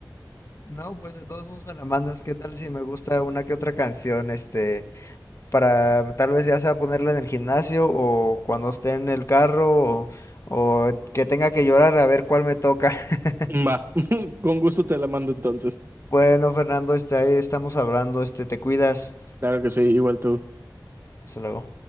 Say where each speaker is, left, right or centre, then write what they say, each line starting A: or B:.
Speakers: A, on the left (about 45°); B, on the right (about 35°).
A: no, pues de todos modos me la mandas. ¿Qué tal si me gusta una que otra canción? Este, para tal vez ya sea ponerla en el gimnasio o cuando esté en el carro o, o que tenga que llorar a ver cuál me toca. <laughs>
B: <laughs> Va, <laughs> con gusto te la mando entonces.
A: Bueno, Fernando, este, ahí estamos hablando. Este, te cuidas.
B: Claro que sí, igual tú.
A: Hasta luego.